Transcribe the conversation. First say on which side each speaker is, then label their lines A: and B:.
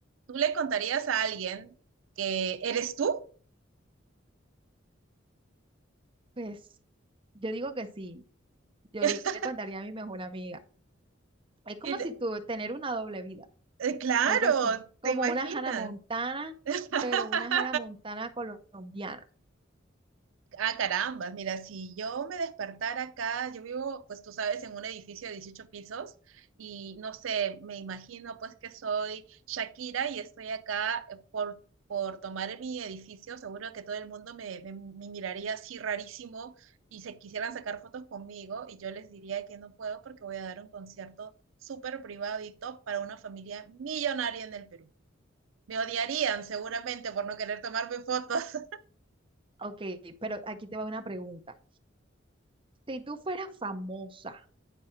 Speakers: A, on the right; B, on the right.
A: ¿tú le contarías a alguien que eres tú?
B: pues yo digo que sí, yo
A: <laughs>
B: le le contaría a mi mejor amiga. Es como
A: Y te-
B: si tú tener una doble vida,
A: eh, claro,
B: algo así, como
A: ¿te imaginas?
B: una Hannah Montana,
A: <laughs>
B: pero una Hannah Montana colombiana.
A: Ah, caramba, mira, si yo me despertara acá, yo vivo, pues tú sabes, en un edificio de 18 pisos y no sé, me imagino pues que soy Shakira y estoy acá eh, por, por tomar mi edificio, seguro que todo el mundo me, me- me miraría así rarísimo y se quisieran sacar fotos conmigo y yo les diría que no puedo porque voy a dar un concierto súper privado y top para una familia millonaria en el Perú. Me odiarían seguramente por no querer tomarme fotos. <laughs>
B: Ok, pero aquí te va una pregunta. Si tú fueras famosa,